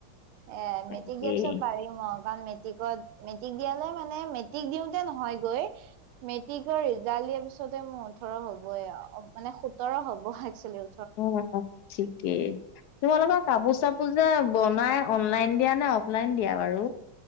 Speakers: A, on the right (about 85°); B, on the left (about 75°).
A: এ,
B: তাকেই
A: মেট্ৰিক দিয়াৰ পিছত পাৰিম, অ। কাৰণ মেট্ৰিকত, মেট্ৰিক দিয়ালে মানে, মেট্ৰিক দিওতে নহয়গৈ মেট্ৰিকৰ ৰিজাল্ট দিয়াৰ পিছতে মোৰ ওঠৰ হ'বই আও, মানে সোতৰ হ'ব একচলি।
B: উম, উম, ঠিকেই। তোমালোকৰ কাপোৰ-চাপোৰ যে বনাই, অনলাইন দিয়া নে অফলাইন দিয়া বাৰু?